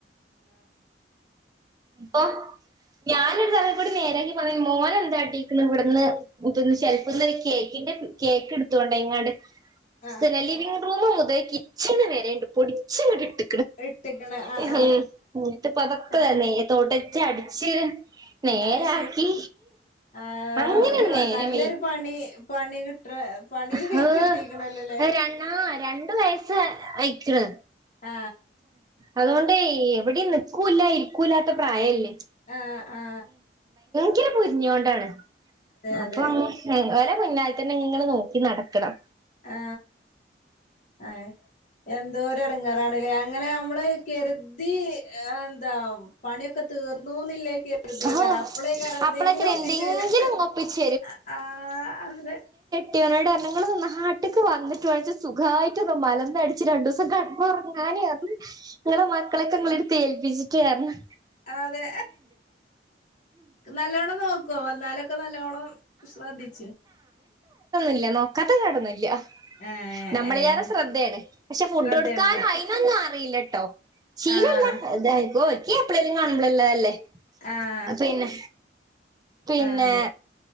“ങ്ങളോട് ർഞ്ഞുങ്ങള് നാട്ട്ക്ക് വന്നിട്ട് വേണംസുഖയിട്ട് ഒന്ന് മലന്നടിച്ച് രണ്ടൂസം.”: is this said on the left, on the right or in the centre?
Right